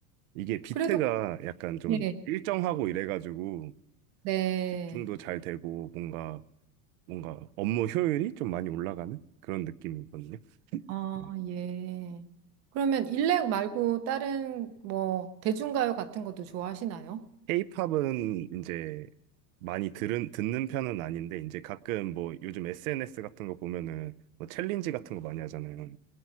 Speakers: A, on the right; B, on the right.
A: 이게 비트가
B: 그래도
A: 약간 좀
B: 예.
A: 일정하고 이래가지고
B: 네.
A: 집중도 잘 되고 뭔가 뭔가 업무 효율이 좀 많이 올라가는 그런 느낌이거든요.
B: 아,
A: 네.
B: 예. 그러면 일렉 말고 다른 뭐 대중가요 같은 것도 좋아하시나요?
A: K-팝은 이제 많이 들은, 듣는 편은 아닌데, 이제 가끔 뭐 요즘 SNS 같은 거 보면은 뭐 챌린지 같은 거 많이 하잖아요.